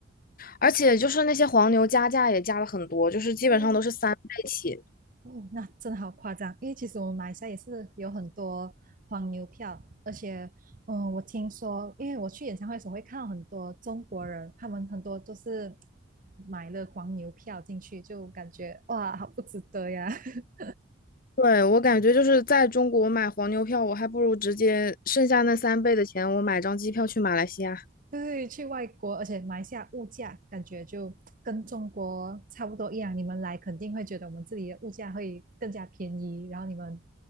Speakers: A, on the left; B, on the right.
A: 而且就是那些黄牛加价也加了很多，就是基本上都是三倍起。
B: 对，哦，那真的好夸张，因为其实我们马来西亚也是有很多黄牛票，而且，嗯，我听说，因为我去演唱会的时候会看到很多中国人，他们很多都是买了黄牛票进去，就感觉哇，好不值得呀。<laughs>
A: 对，我感觉就是在中国买黄牛票，我还不如直接剩下那三倍的钱，我买张机票去马来西亚。
B: 对，去外国，而且马来西亚物价感觉就跟中国差不多一样，你们来肯定会觉得我们这里的物价会更加便宜，然后你们